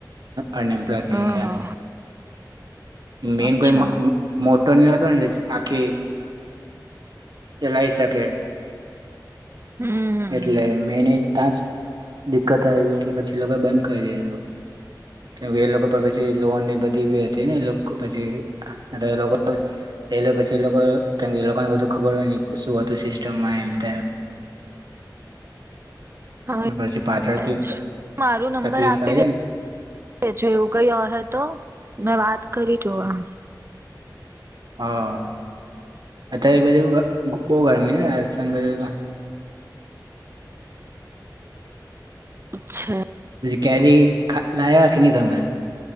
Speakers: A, on the right; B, on the right.
A: અન એમ્પ્લોય થઈ
B: હ હા
A: ગયા મેન
B: અચ્છા
A: કોઈ મોટોની આખી ચલાઈ શકે ઓકે
B: હમ
A: એટલે મેને ત્યાં જ દિકકત આવી ગઈ એટલે પછી લોકો બંધ કરી દીધું, કેમકે એ લોકો પછી લોન ની બધી હતી ને એ લોકો પછી એ લોકો પછી એ લોકો કેમ એ લોકોને બધું ખબર હોય ન શું હતું સિસ્ટમમાં એમ તેમ
B: હા,
A: પછી પાછળથી ત-
B: મારું નંબર
A: તકલીફ
B: આપી
A: આવી
B: દે
A: જાય ને
B: જો એવું કઈ અહે તો મેં વાત કરી જોવા
A: હા, અત્યારે બધું બહ ગરમી ને રાજસ્થાન બાજુ તો
B: અચ્છા
A: કેરી લાવવા કે નહી તમે